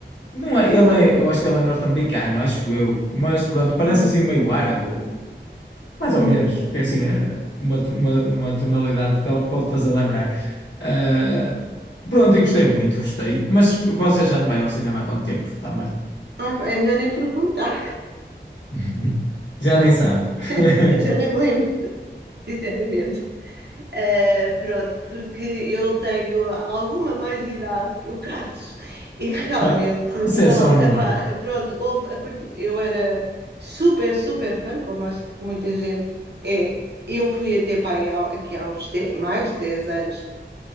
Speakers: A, on the left; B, on the right.
A: Não é, ele é, eu acho que ele é norte-americano, acho eu. Mas pronto, parece
B: Hum,
A: assim meio árabe. Mais
B: hum.
A: ou menos, tem assim eh, uma, to- uma, uma tonalidade de pele que pode fazer lembrar. Ah, pronto, e gostei muito, gostei. Mas você já não vai ao cinema há quanto tempo também?
B: Ah, é melhor nem perguntar.
A: Uhum. Já nem sabe.
B: <laughs>
A: <laughs>
B: Eu já nem me lembro, sinceramente. Uh, pronto, porque eu tenho alguma mais idade que o Carlos <laughs> e realmente
A: Já, isso
B: não.
A: é só um número.
B: epá, pronto, houve a partir, eu era super, super fã, como acho que muita gente é. Eu fui até para aí há, aqui há uns de- mais de 10 anos,